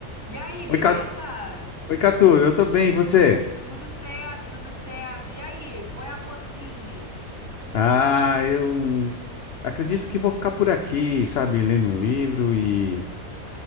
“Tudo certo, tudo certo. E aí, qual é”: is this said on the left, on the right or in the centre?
Right